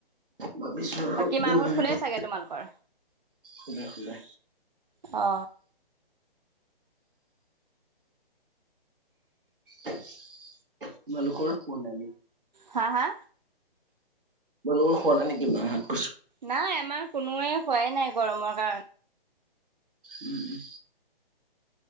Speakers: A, on the right; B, on the right.
A: ভাবিছো আৰু
B: বাকী মাহত
A: কি হয়
B: শুলেই
A: আৰু,
B: চাগে তোমালোকৰ
A: খোলে খোলে।
B: অ।
A: তোমালোকৰ শোৱা নাই নি?
B: হা হা।
A: মানুহবোৰ শোৱা নাই নেকি মা হঁত?
B: নাই আমাৰ কোনোৱে শোৱাই নাই গৰমৰ কাৰণ।
A: উম উম।